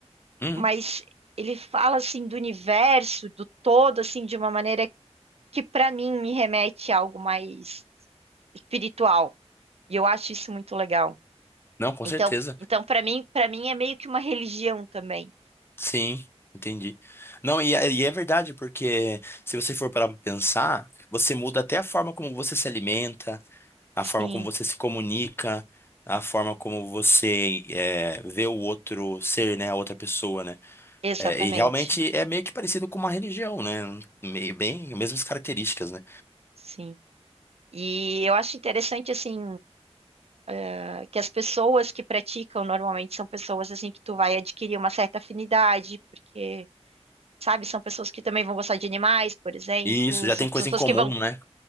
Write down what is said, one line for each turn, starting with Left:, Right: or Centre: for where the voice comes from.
Left: Uhum.
Right: mas ele fala, assim, do universo, do todo, assim, de uma maneira que, para mim, me remete a algo mais espiritual. E eu acho isso muito legal.
Left: Não, com
Right: Então,
Left: certeza.
Right: então para mim, para mim é meio que uma religião também.
Left: Sim, entendi. Não, e é, e é verdade, porque se você for parar para pensar, você muda até a forma como você se alimenta, a
Right: Sim,
Left: forma como você se comunica, a forma como você é, vê o outro ser, né, a outra pessoa, né?
Right: exatamente.
Left: É, e realmente é meio que parecido com uma religião, né? Meio bem, mesmas características, né?
Right: Sim. E eu acho interessante assim ah, que as pessoas que praticam normalmente são pessoas assim que tu vai adquirir uma certa afinidade, porque sabe, são pessoas que também vão gostar de animais, por exemplo,
Left: E isso já
Right: são
Left: tem
Right: pessoas
Left: coisa em comum,
Right: que vão
Left: né?